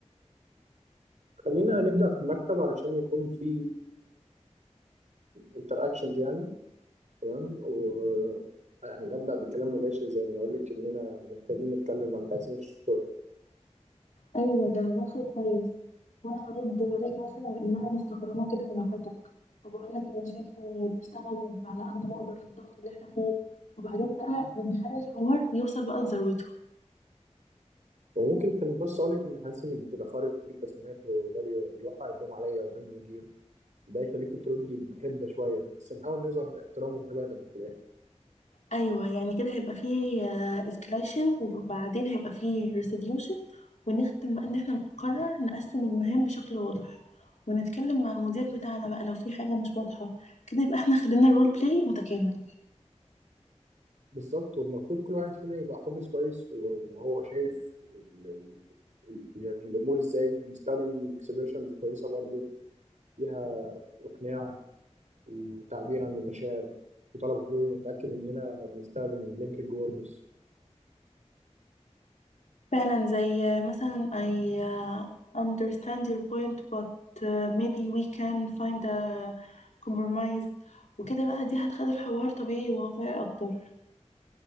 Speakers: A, on the right; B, on the left.
A: خلينا نبدأ في المكتب علشان يكون في انتر اكشنز يعني تمام و يعني أبدأ بكلام مباشر زي إن أقول لك إننا محتاجين نتكلم عن تقسيم الشغل
B: ايوه ده مدخل كويس وانا هرد عليك مثلا بان انا مستغربة كده من نكتك وبقول لك اني شايفة اني بشتغل على قد ما اقدر في الضغط اللي احنا فيه وبعدين بقى نخلي الحوار يوصل بقى لذروته
A: وممكن في النص اقول لك ان حاسس انك بتبقى خارج التسليمات وده بي- بيوقع اللوم عليا قدام المدير ده يخليك تردي بحده شويه بس نحاول نظهر احترام متبادل في الاخر
B: ايوه يعني كده هيبقى فيه اسكليشن وبعدين هيبقى فيه ريسيديوشن ونختم بقى ان احنا نقرر نقسم المهام بشكل واضح ونتكلم مع المدير بتاعنا بقى لو في حاجه مش واضحه كده يبقى احنا خلينا الرول بلاي متكامل
A: بالظبط والمفروض كل واحد فينا يبقى حافظ كويس وهو شايف ال... ال... ال- يعني الامور ازاي نستخدم اكسبريشنز كويسه برضو فيها اقناع وتعبير عن المشاعر وطلب حلول ونتاكد اننا بنستخدم لينكينج ووردز
B: فعلا زي آه، مثلا I uh, understand your point but uh, maybe we can find a compromise وكده بقى دي هتخلي الحوار طبيعي وواقعي اكتر